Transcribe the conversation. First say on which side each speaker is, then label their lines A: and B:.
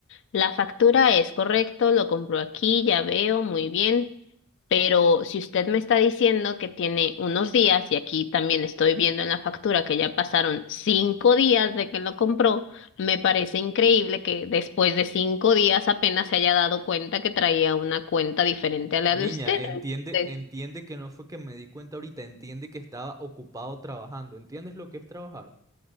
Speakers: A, on the left; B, on the right.
A: La factura es correcto, lo compro aquí, ya veo, muy bien. Pero si usted me está diciendo que tiene unos días, y aquí también estoy viendo en la factura que ya pasaron cinco días de que lo compró, me parece increíble que después de cinco días apenas se haya dado cuenta que traía una cuenta diferente a la
B: Niña,
A: de usted.
B: entiende,
A: Entonces,
B: entiende que no fue que me di cuenta ahorita, entiende que estaba ocupado trabajando. ¿Entiendes lo que es trabajar?